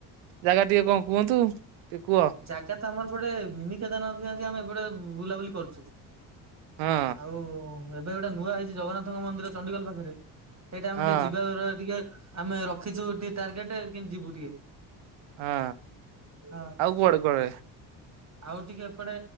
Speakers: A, on the right; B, on the right.
A: ଜାଗା ଟିକେ କଣ କୁହନ୍ତୁ? ଟିକେ କୁହ।
B: ଜାଗା ତ ଆମର ଗୋଟେ ମିନିିକେଦାରନାଥ ଯାନ୍ତେ ଆମେ ଏଟେ ବୁଲାବୁଲି କରୁଛୁ।
A: ହଁ
B: ଆଉ ଏବେ ଗୋଟେ ନୂଆ ହେଇଛି ଜଗନ୍ନାଥଙ୍କ ମନ୍ଦିର ଚଣ୍ଡିଖୋଲ ପାଖରେ। ସେଇଟା ଆମେ
A: ହଁ
B: ଟିକେ ଯିବାର ଟିକେ ଆମେ ରଖିଛୁ ଟିକେ ଟାର୍ଗେଟ କିନ୍ତ ଯିବୁ ଟିକେ।
A: ହଁ
B: ହଁ
A: ଆଉ କୁଆଡେ କୁଆଡେ?
B: ଆଉ ଟିକେ ଏପଟେ